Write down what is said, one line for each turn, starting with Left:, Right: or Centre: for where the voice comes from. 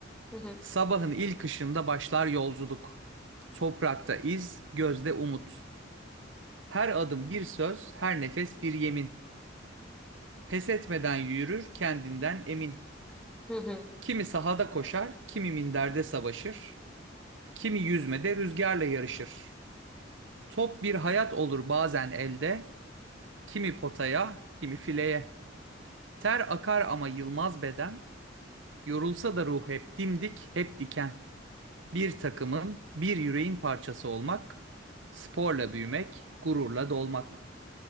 Centre: hı hı,
Right: Sabahın ilk ışığında başlar yolculuk. Toprakta iz, gözde umut. Her adım bir söz, her nefes bir yemin. Pes etmeden yürür, kendinden emin.
Centre: hı hı.
Right: Kimi sahada koşar, kimi minderde savaşır. Kimi yüzmede rüzgarla yarışır. Top bir hayat olur bazen elde, kimi potaya, kimi fileye. Ter akar ama yılmaz beden, yorulsa da ruh hep dimdik, hep diken. Bir takımın, bir yüreğin parçası olmak, sporla büyümek, gururla dolmak.